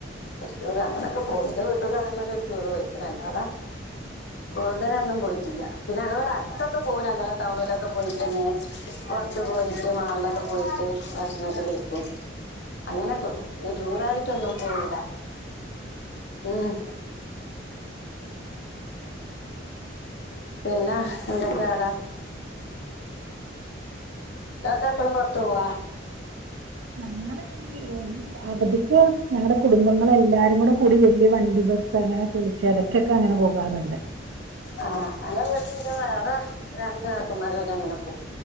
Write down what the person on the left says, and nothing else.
നെയ്ച്ചൂറ് അങ്ങനൊക്കെ പോയിന്റെ വീട്ടന്ന ഒരു ചൂറ് വെക്കണ അല്ലാതെ കൂടുതലൊന്നും പോയിട്ടില്ല പിന്നെ അതുപോലെ അടുത്തൊക്കെ പോകല ഞങ്ങളെ ടൗണിലൊക്കെ പോയിട്ടന്നെ പൊറത്ത് പോയിട്ട് മാളിലൊക്കെ പോയിട്ട് ഭക്ഷണംക്കെ കഴിക്കും. അങ്ങനൊക്കെ ഒള്ളു, <unintelligible> ടൂറായിട്ടൊന്നും പോവൂല്ല. മ് പിന്നാ എന്തൊക്കെയ <unintelligible> ഇക്കാക്ക എപ്പള പൊറത്തോവ.
ആഹ് <unintelligible> വേറെ രണ്ട് ഏട്ടന്മാരെ ഒക്കെ അങ്ങനെ പോവും.